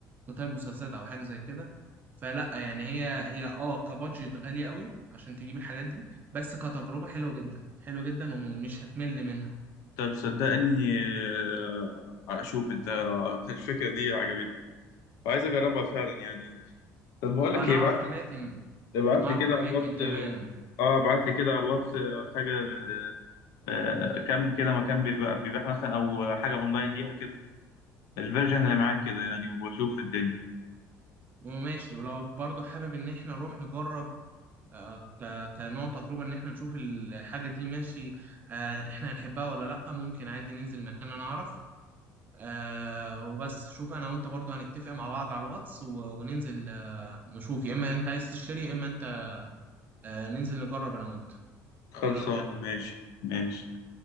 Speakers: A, on the right; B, on the left.
A: قتال مسدسات او حاجه زي كده فلا يعني هي هي اه كبادجت غالية قوي عشان تجيب الحاجات دي بس كتجربة حلوة جدا حلوة جدا ومش هتمل منها
B: طب صدقني آه، اشوف انت الفكره دي عجبتني عايز اجربها فعلا يعني طب بقول
A: انا
B: لك ايه
A: اعرف
B: ابعت
A: اماكن
B: لي ابعت
A: اعرف
B: لي كده
A: اماكن
B: على الواتس
A: كمان
B: اه ابعت لي كده على الواتس آه، حاجه من آه، كم كده مكان بيبقى بيبيع مثلا او حاجه اونلاين ليها كده الفيرجن اللي معاك كده يعني واشوف الدنيا
A: وماشي ولو برضه حابب ان احنا نروح نجرب آه، ك- كنوع تجربة ان احنا نشوف الحاجة دي ماشي آه، احنا هنحبها ولا لا ممكن عادي ننزل مكان انا اعرف آه وبس شوف انا وانت برضه هنتفق مع بعض على الواتس و- وننزل آه، نشوف يا اما انت عايز تشتري يا اما انت آه، ننزل نجرب انا وانت
B: خلصانه
A: ايه رأيك
B: ماشي ماشي